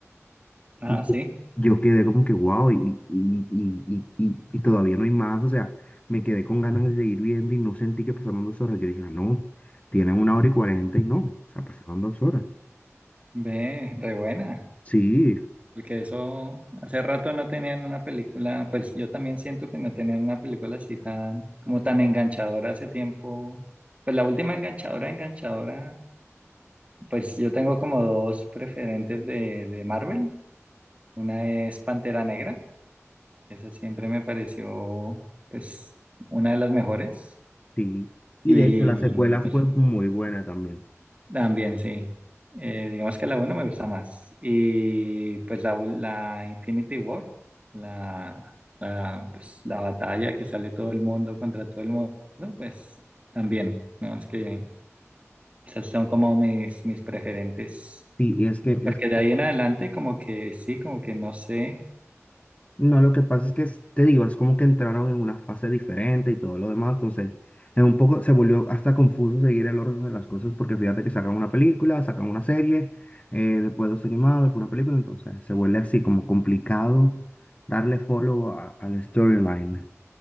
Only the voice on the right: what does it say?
Ah,
sí,
ve, re buena.
Porque eso hace rato no tenían una película, pues yo también siento que no tenían una película así tan, como tan enganchadora hace tiempo. Pues la última enganchadora, enganchadora Pues yo tengo como dos preferentes de, de Marvel. Una es Pantera Negra. Esa siempre me pareció, pues, una de las mejores.
Y
pues,
también, sí. Eh, digamos que la uno me gusta más. Y pues la, la Infinity War, la, la, pues, la batalla que sale todo el mundo contra todo el mundo, pues también. No, es que esas son como mis, mis preferentes.
Porque
de ahí en adelante como que sí, como que no sé,